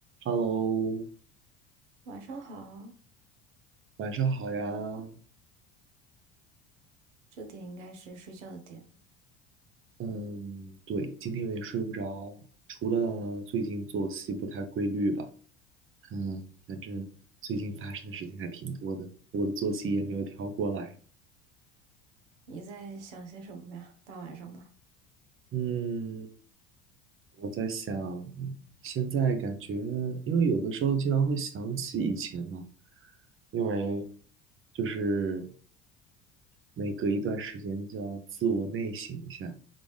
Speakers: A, on the right; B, on the right.
A: Hello，
B: 晚上好，
A: 晚上好呀。
B: 这点应该是睡觉的点。
A: 嗯，对，今天有点睡不着，除了最近作息不太规律吧，嗯，反正最近发生的事情还挺多的，我的作息也没有调过来。
B: 你在想些什么呀？大晚上的，
A: 嗯，我在想，嗯现在感觉，因为有的时候经常会想起以前嘛，因为就是每隔一段时间就要自我内省一下，